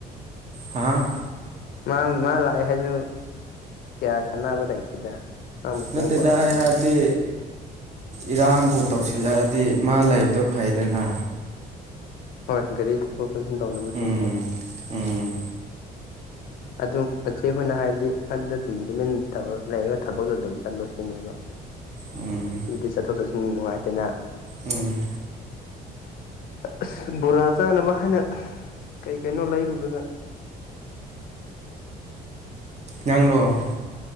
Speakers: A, on the right; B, on the left.
A: ꯍꯥꯥ
B: ꯃꯥ ꯃꯥ ꯂꯥꯛꯑꯦ ꯍꯥꯏꯁꯨ ꯀꯌꯥ ꯀꯥꯟꯅꯕ ꯂꯩꯇꯦꯗ ꯃꯥ ꯃꯇꯦꯡ
A: ꯅꯠꯇꯦ
B: ꯄꯥꯡꯕꯁꯨ
A: ꯑꯩ ꯍꯥꯏꯕꯗꯤ
B: ꯂꯩꯗꯅ
A: ꯏꯔꯥꯡꯕꯨ ꯇꯧꯁꯤꯜꯂꯛꯑꯗꯤ ꯃꯥ ꯂꯩꯕꯗꯣ ꯐꯩꯗꯅ
B: ꯍꯣꯏ ꯒꯥꯔꯤ ꯊꯧꯊꯣꯛ ꯆꯠꯁꯤꯟ ꯇꯧꯅꯕꯁꯨ
A: ꯎꯝ
B: ꯀꯣ
A: ꯎꯝ
B: ꯑꯗꯨ ꯃꯆꯦ ꯑꯩꯈꯣꯏꯅ ꯍꯥꯏꯕꯗꯤ ꯑꯗꯨꯗ ꯑꯗꯨꯝ ꯇꯨꯃꯤꯟ ꯇꯧꯔ ꯂꯩꯔꯒ ꯊꯕꯛꯇꯣ ꯑꯗꯨꯝ ꯆꯠꯂꯣ ꯁꯤꯅꯦꯕ
A: ꯎꯝ
B: ꯑꯗꯨꯗꯤ ꯆꯠꯊꯣꯛ ꯆꯠꯁꯤꯟ ꯅꯨꯡꯉꯥꯏꯇꯦꯅ
A: ꯎꯝ
B: ꯑꯁ ꯕꯣꯔꯥ ꯆꯥꯅꯕ ꯍꯥꯏꯅ ꯀꯩ ꯀꯩꯅꯣ ꯂꯩꯔꯨꯔꯒ
A: ꯅꯪꯔꯣ